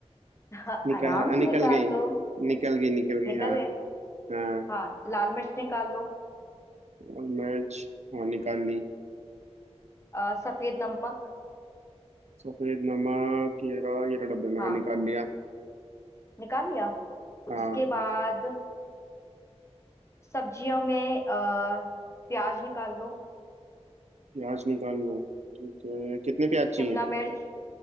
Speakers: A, on the left; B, on the right.
A: हाँ
B: निकाह
A: आराम से
B: निकल
A: निकाल
B: गई
A: लो
B: निकल गई निकल गई
A: निकल
B: हाँ
A: गए
B: हाँ
A: हाँ लाल मिर्च निकाल लो
B: और मिर्च हाँ निकाल ली
A: अ, सफेद नमक
B: सफेद नमक येरा येरा डब्बे में
A: हाँ
B: हाँ निकाल लिया
A: निकाल लिया
B: हाँ
A: उसके बाद सब्जियों में अ, प्याज निकाल लो
B: प्याज निकाल लो ठीक है कितने प्याज
A: शिमला
B: चाहिए
A: मिर्च